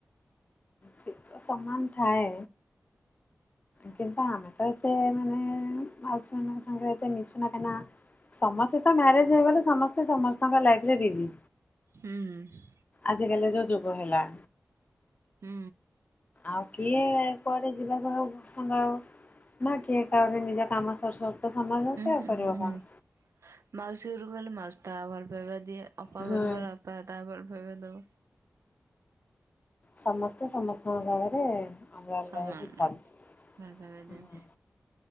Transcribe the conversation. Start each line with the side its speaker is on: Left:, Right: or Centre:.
Left: ସେତ ସମାନ ଥାଏ। କିନ୍ତୁ ଆମେ ତ ଏତେ ମାନେ ମାଉସୀ ମାନଙ୍କ ସାଙ୍ଗରେ ଏତେ ମିଶୁନା କାନା ସମସ୍ତେ ତ ମ୍ୟାରେଜ ହେଇଗଲେ ସମସ୍ତେ ସମସ୍ତଙ୍କ ଲାଇଫରେ ବିଜି।
Right: ହୁଁ ହୁଁ।
Left: ଆଜିକାଲି ଯୋଉ ଯୁଗ ହେଲା।
Right: ହୁଁ।
Left: ଆଉ କିଏ କୁଆଡ଼େ ଯିବାକୁ ଆଉ ପସନ୍ଦ ଆଉ ନା କିଏ ତାପରେ ନିଜ କାମ ସରୁ ସରୁ ତ ସମୟ ହେଇଯାଉଛି
Right: ହୁଁ
Left: ଆଉ କରିବ
Right: ହୁଁ
Left: କଣ?
Right: ହୁଁ। ମାଉସୀ ଘରକୁ ଗଲେ ମାଉସୀ ତା ଭଲ ପାଇବା ଦିଏ, ଅପା
Left: ହୁଁ
Right: ଘରକୁ ଗଲେ ଅ ପା ତା ଭଲପାଇବା ଦବ।
Left: ସମସ୍ତେ ସମସ୍ତଙ୍କ ଜାଗରେ ଅଲଗା ଅଲଗା
Right: ସମାନ
Left: ହେଇକି ଥାଆନ୍ତି।
Right: ଭଲ ପାଇବା ଦିଅନ୍ତି।
Left: ଉଁ ହୁଁ।